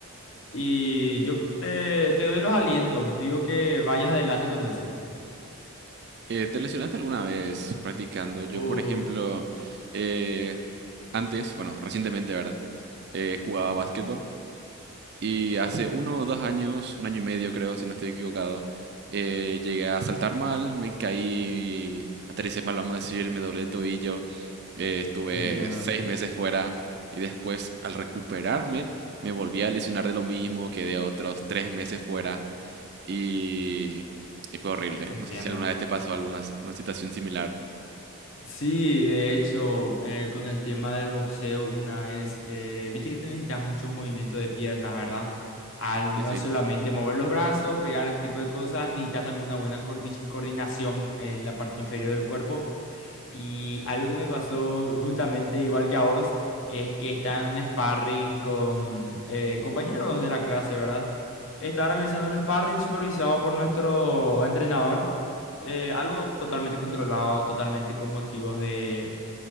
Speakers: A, on the left; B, on the right.
A: Y yo te, te doy los alientos. Digo que vayas adelante con eso.
B: eh, te lesionaste alguna vez practicando? Yo,
A: Uy,
B: por ejemplo, eh, antes, bueno, recientemente, ¿verdad? Eh, jugaba básquetbol. Y hace uno o dos años, un año y medio creo, si no estoy equivocado, eh, llegué a saltar mal, me caí, aterricé mal, vamos a decir, me doblé el tobillo, eh, estuve
A: entiendo,
B: seis meses fuera y después al recuperarme me volví a lesionar de lo mismo, quedé otros tres meses fuera y, y fue horrible.
A: entiendo.
B: No sé si alguna vez te pasó alguna s- una situación similar.
A: Sí, de hecho, eh, con el tema del boxeo, una vez, eh, viste que te necesitas muchos movimientos de piernas, ¿verdad? Al
B: Sí,
A: no
B: sí.
A: solamente mover los brazos, pegar ese tipo de cosas, necesitas también una buena cordi- coordinación en la parte inferior del cuerpo Y algo que me pasó justamente igual que a vos es que estaba en un sparring con eh, compañeros de la clase, ¿verdad? Estaba realizando el sparring supervisado por nuestro entrenador, eh, algo totalmente controlado, totalmente con motivos de